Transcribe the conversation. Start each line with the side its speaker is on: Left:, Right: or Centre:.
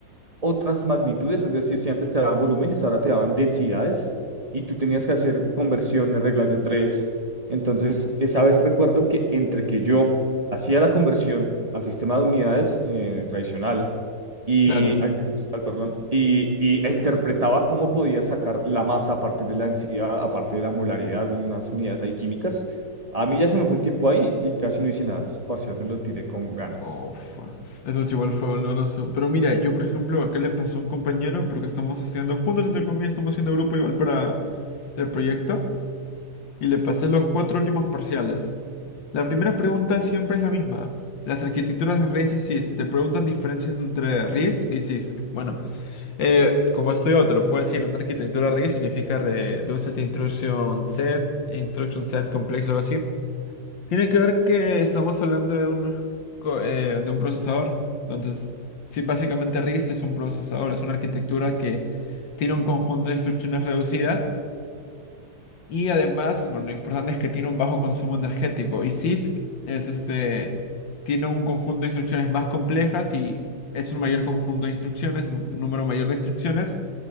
Right: otras magnitudes, es decir, si antes te daban volúmenes, ahora te daban densidades y tú tenías que hacer conversiones, reglas de tres. Entonces, esa vez recuerdo que entre que yo hacía la conversión al sistema de unidades eh, tradicional, y
Left: claro.
Right: a internacional, perdón, y, y e interpretaba cómo podía sacar la masa a partir de la densidad, a partir de la molaridad, unas unidades ahí químicas. A mí ya se me fue el tiempo ahí y casi no hice nada. Ese parcial me lo tiré con ganas.
Left: Uf, eso es igual fue doloroso. Pero mira, yo por ejemplo, acá le pasó a un compañero, porque estamos estudiando juntos, entre comillas, estamos haciendo grupo igual para el proyecto, y le pasé los cuatro últimos parciales. La primera pregunta siempre es la misma. Las arquitecturas de RISC y CISC te preguntan diferencias entre RISC y CISC. Bueno, Eh, como estudio, te lo puedo decir, una arquitectura RISC significa Reduced Instruction Set, Instruction Set Complex, algo así. Tiene que ver que estamos hablando de un, co- eh, de un procesador. Entonces, sí, básicamente RISC es un procesador, es una arquitectura que tiene un conjunto de instrucciones reducidas y además,
Right: Ok.
Left: bueno, lo importante es que tiene un bajo consumo energético. Y CISC es este, tiene un conjunto de instrucciones más complejas y es un mayor conjunto de instrucciones, un número mayor de instrucciones